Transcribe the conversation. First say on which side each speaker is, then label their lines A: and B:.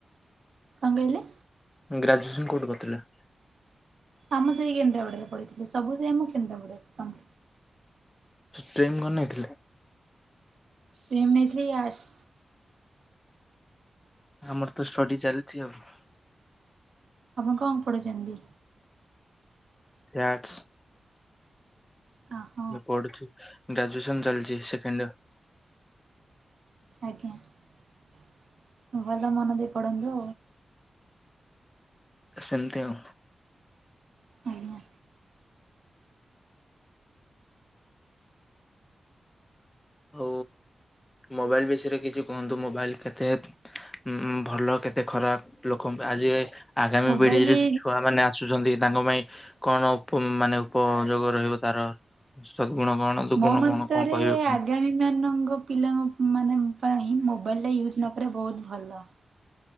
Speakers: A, on the right; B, on the left.
A: କଣ କହିଲେ?
B: ଗ୍ରାଜୁଏସନ କୋଉଠି କରିଥିଲେ?
A: ଆମେ ସେଇ କେନ୍ଦ୍ରାପଡାରେ ପଢ଼ି ଥିଲେ ସବୁ ସେଇ ଆମ କେନ୍ଦ୍ରାଡାରେ କ
B: ଷ୍ଟ୍ରୀମ୍ କଣ ନେଇ ଥିଲ?
A: ଷ୍ଟ୍ରୀମ ନେ ଆଟ୍ସ।
B: ଆମର ତ ଷ୍ଟଡି ଚାଲିଛି ଆଉ।
A: ଆପଣ କଣ ପଢ଼ିଛନ୍ତି?
B: ଫ୍ୟାଟ୍।
A: ହଁ
B: ପଢୁଛି ଗ୍ରାଜୁଏସନ ଚାଲିଛି ସେକେଣ୍ଡ ଇଅର୍।
A: ଆଜ୍ଞା ଭଲ ମନ ଦେଇ ପଢ଼ନ୍ତୁ।
B: ସେମତି ଆଉ।
A: ଉ ହୁଁ।
B: ଅ ମୋବାଇଲ ବିଷୟରେ କିଛି କୁହନ୍ତୁ ମୋବାଇଲ କେତେ ଉଁ ଭଲ କେତେ ଖରାପ ଲୋକ ଆଜି ଆଗାମୀ
A: ମୋବାଇଲି
B: ପିଢିରେ ଛୁଆ ମାନେ ଆସୁଚନ୍ତି ତାଙ୍କ ପାଇଁ କଣ ଉପ-ମାନେ ଉପଯୋଗ ରହିବ ତାର ସଦ୍ ଗୁଣ କଣ ଦୁର୍ଗୁଣ
A: ମୋ ମତରେ
B: କଣ କଣ କହିବେ କୁହନ୍ତୁ
A: ଆଗାମୀ ମାନଙ୍କ ପିଲାଙ୍କ ମାନେ ପାଇଁ ମୋବାଇଲ ଟା ୟୁଜ୍ ନକରିବା ବହୁତ୍ ଭଲ।